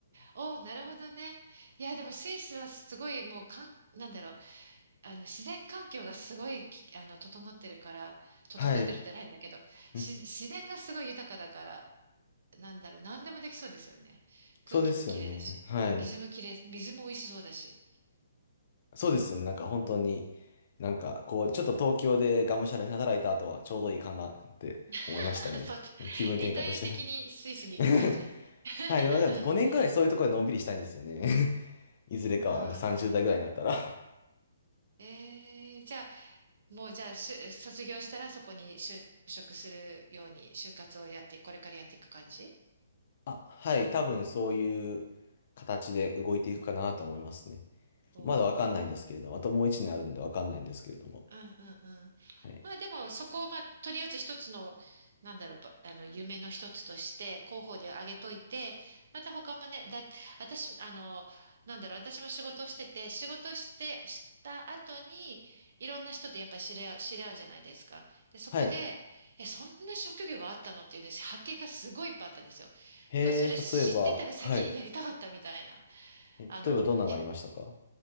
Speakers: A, on the right; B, on the left.
A: おー、なるほどね。いや、でもスイスはすごいもうかん、なんだろう。あの、自然環境がすごいき、あの、整ってるから、整ってるって言ったら変だけど、
B: はい。
A: し自然がすごい豊かだから、
B: うん
A: なんだろう。何でもできそうですよね。空気も綺麗だし、
B: そうですよね。はい。
A: 水もきれい水も美味しそうだし。
B: そうですよね。なんか本当に、
A: うん
B: なんかこう、ちょっと東京でがむしゃらに働いた後はちょうどいいかなって思いましたね。
A: <laughs> そう、
B: 気分転換として。
A: リタイア的にスイスに行く感じ
B: <laughs>
A: <laughs>
B: はい、なんか5年ぐらいそういうところでのんびりしたいんですよね。<laughs> いずれかはなんか30代ぐらいになったら
A: ああ、なるほど。えー、じゃあ、もうじゃあ、しゅ、卒業したらそこに就職するように、就活をやって、これからやっていく感じ
B: あ、はい、多分そういう形で動いていくかなと思いますね。
A: お
B: まだわかんないんですけれども、
A: おー。
B: あともう一年あるんでわかんないんですけれども。
A: うんうんうん。
B: はい。
A: まあでもそこをまあとりあえず一つの、なんだろう、ばあの、夢の一つとして広報で挙げといて、また他もね、だ、私、あの、なんだろう、私も仕事をしてて、仕事して、した後に、いろんな人とやっぱり知り合う、知り合うじゃないですか。で、そこで、
B: はい。
A: え、そんな職業があったのっていうね、発見がすごいいっぱいあったんですよ。
B: へえ、
A: うわ、それ知ってたら先にやりたかったみたいな。
B: 例えば、はい。え例えばどんなのがありましたか
A: あの、いや、